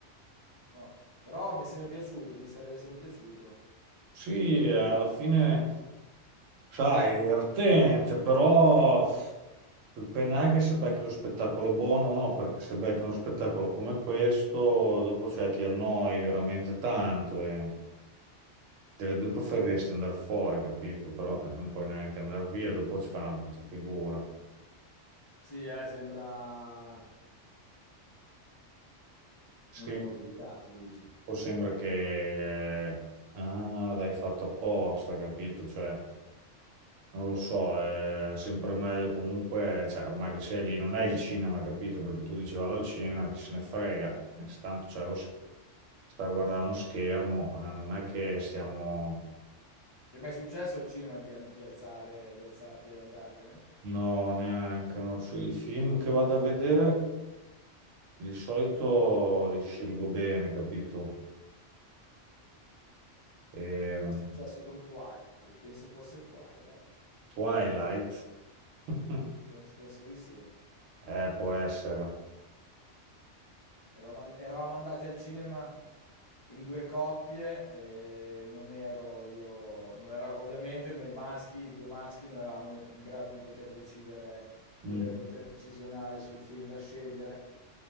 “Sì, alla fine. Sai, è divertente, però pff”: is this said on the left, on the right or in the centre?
Right